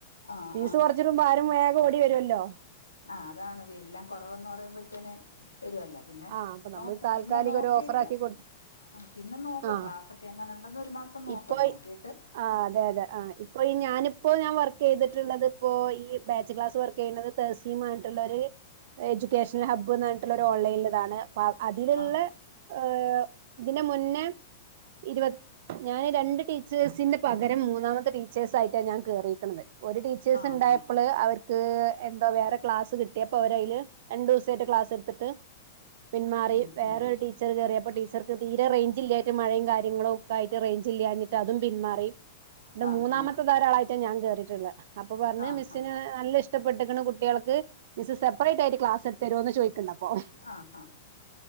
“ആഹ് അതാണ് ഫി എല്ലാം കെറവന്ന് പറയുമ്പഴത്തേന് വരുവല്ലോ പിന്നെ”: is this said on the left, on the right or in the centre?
Left